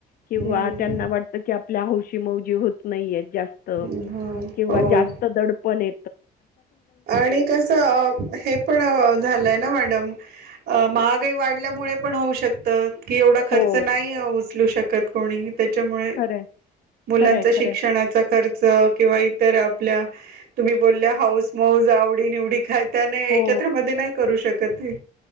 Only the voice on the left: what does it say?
किंवा
त्यांना वाटत कि आपल्या हौशी मौजी होत नाहीय जास्त!
किंवा
जास्त दडपणये.
हो,
खरं आहे,
खरं आहे, खरं
आहे.
हो,